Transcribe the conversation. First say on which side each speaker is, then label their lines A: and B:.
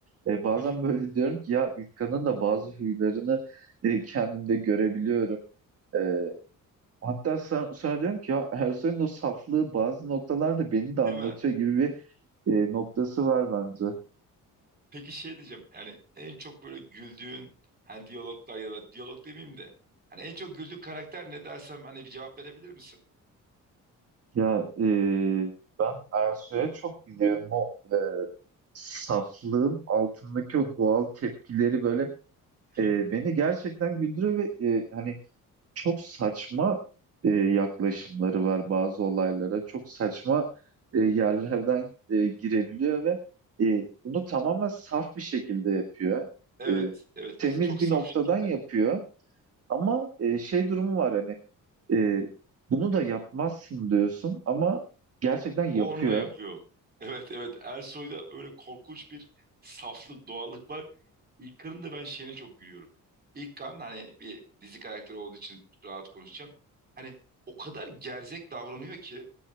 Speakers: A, on the right; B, on the right.
A: E, bazen
B: <laughs>
A: böyle diyorum ki ya İlkan'ın da bazı huylarını e, kendimde görebiliyorum. E, Hatta sonra, sonra diyorum ki ya Ersoy'un o saflığı bazı noktalarda beni de anlatıyor
B: Değil mi?
A: gibi bir e, noktası var bence.
B: Peki şey diyeceğim yani en çok böyle güldüğün hani diyaloglar ya da diyalog demeyeyim de hani en çok güldüğün karakter ne dersem hani bir cevap verebilir misin?
A: Ya e, ben Ersoy'a çok biliyorum o e, saflığın altındaki o doğal tepkileri böyle
B: <laughs>
A: e, beni gerçekten güldürüyor ve e, hani çok saçma e, yaklaşımları var bazı olaylara. Çok saçma e, yerlerden e, girebiliyor ve e, bunu tamamen saf bir şekilde yapıyor.
B: Evet
A: E,
B: evet
A: temiz
B: çok
A: bir
B: saf
A: noktadan
B: şekilde.
A: yapıyor ama e, şey durumu var hani e, bunu da yapmazsın diyorsun ama gerçekten yapıyor.
B: O onu da yapıyor. Evet evet Ersoy'da öyle korkunç bir saflık doğallık var. İlkan'ın da ben şeyine çok gülüyorum. İlkan hani bir dizi karakteri olduğu için rahat konuşacağım. Hani o kadar gerzek davranıyor ki